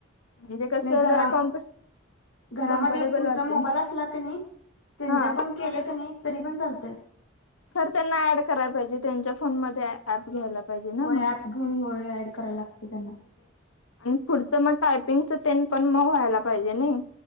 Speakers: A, on the left; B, on the left.
A: म्हणजे, कस
B: नाही घरा
A: जरा <unintelligible>
B: घरामध्ये
A: कम्फर्टेबल
B: तुमचा
A: वाटते
B: मोबाईल असला का नाही, त्यांच्या
A: हा
B: पण केलं कनि तरी पण चालतय,
A: खर त्यांना ऍड कराय पाहिजे त्यांच्या फोनमध्ये ॲप घ्यायला पाहिजे ना
B: होय
A: मग.
B: ऍप घेऊन होय ऍड करायला लागतं त्यांना
A: आणि पुढचं मग टायपिंगच तेन पण मग व्हायला पाहिजे नाही.